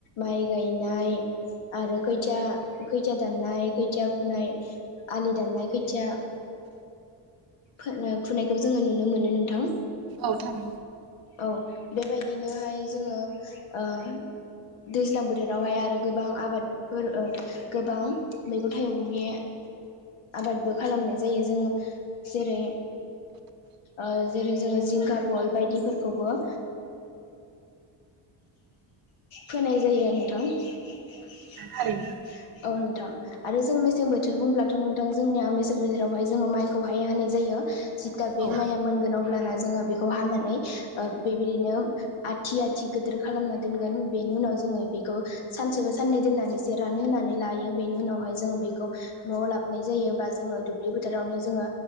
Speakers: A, on the left (about 75°); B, on the right (about 50°).
A: माइ गायनाय आरो खैथिया खैथिया दाननाय खैथिया फुनाय आलि दाननाय खोथिया बोनो फुनायखौ जोङो नुनो मोनो नोंथां।
B: औ थार
A: औ बेबायदिनोहाय जोङो ओ दैज्लां बोथोरावहाय आरो गोबां आबाद फोर ओ गोबां मैगं थाइगंनि आबादबो खालामनाय जायो जोङो जेरै ओ जेरै जोङो जिंखा फल बायदिफोरखौबो फोनाय जायो नोंथां। <unintelligible>
B: थारैनो
A: औ नोंथां आरो जों मेसें बोथोर बुंब्लाथ' नोंथां जोंनिया मेसें बोथोरावहाय जोङो माइखौहाय हानाय जायो जिथा बे
B: औ
A: माइया मोनगोन अब्लाना जोङो बेखौ हानानै बेबायदिनो आथि आथि गिदिर खालामना दोनगोन बेनि उनाव जोङो बेखौ सानसेबा साननै दोननानै एसो रानहोनानै लायो बेनि उनावहाय जों बेखौ नवाव लाबनाय जायो बा जोङो दुब्लि फोथारावनो जोङो